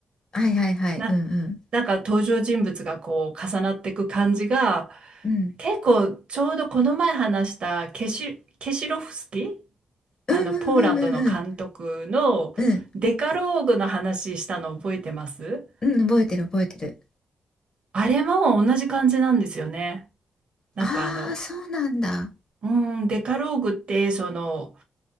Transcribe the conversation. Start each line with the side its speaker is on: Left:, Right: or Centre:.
Left: はいはいはいうんうん
Right: な、なんか登場人物がこう重なっていく感じが、
Left: うん
Right: 結構ちょうどこの前話したケシ、ケシロフスキー
Left: うんうんうんうんうん
Right: あのポーランドの監督のデカローグの話したの覚えてます
Left: うんうん、覚えてる覚えてる。
Right: あれも同じ感じなんですよね。なんかあの、
Left: ああ、そうなんだ。
Right: うーん、デカローグってその